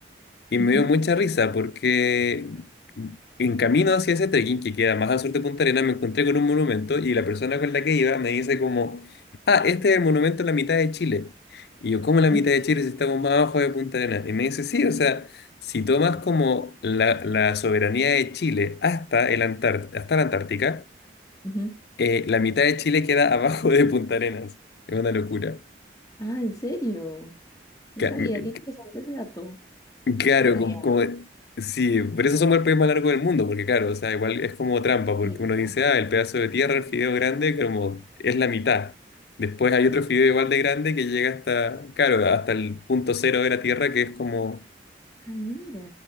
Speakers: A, on the left; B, on the left.
A: y me
B: ujú,
A: dio mucha risa porque en camino hacia ese trekking que queda más al sur de Punta Arenas me encontré con un monumento y la persona con la que iba me dice como, ah, este es el monumento en la mitad de Chile. Y yo, ¿cómo en la
B: <laughs>
A: mitad de Chile si estamos más abajo de Punta Arenas? Y me dice, sí, o sea, si tomas como la, la soberanía de Chile hasta, el Antárt- hasta la Antártica,
B: ujú.
A: eh, la mitad de Chile queda abajo de Punta Arenas. Es una locura.
B: Ah, ¿en serio? No
A: Ca-
B: sabía,
A: me-
B: qué interesante ese dato.
A: Claro,
B: Bueno,
A: como,
B: ya,
A: como- sí, por eso somos el país más largo del mundo, porque claro, o sea, igual es como trampa, porque
B: sí, ¿verdad?
A: uno dice, ah, el pedazo de tierra, el fideo grande, como es la mitad. Después hay otro fideo igual de grande que llega hasta, claro, hasta el punto cero de la tierra, que es como
B: Ah, mira.